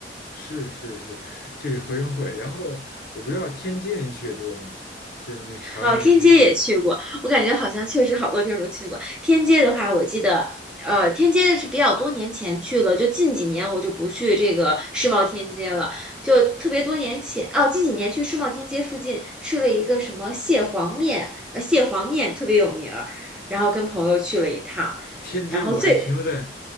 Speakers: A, on the left (about 55°); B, in the centre.
A: 是是是，这是合生汇。然后我不知道天街您去的多吗？就是那个朝阳那个天街，
B: 哦，天街也去过，我感觉好像确实好多地儿都去过。天街的话，我记得，呃，天街是比较多年前去了，就近几年我就不去这个世贸天街了，就特别多年前，哦，近几年去世贸天街附近吃了一个什么蟹黄面，呃，蟹黄面特别有名儿，然后跟朋友去了一趟，
A: 天街我还停留在
B: 然后最，